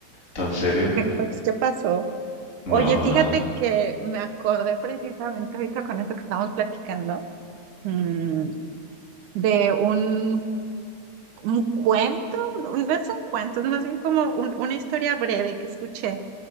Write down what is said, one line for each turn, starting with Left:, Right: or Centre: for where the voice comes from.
Left: tan serio.
Right: pues, ¿qué pasó? Oye,
Left: No,
Right: fíjate
Left: nada.
Right: que me acordé precisamente ahorita con eso que estábamos platicando, mm, de un, un cuento, no no es un cuento, es más bien como un- una historia breve que escuché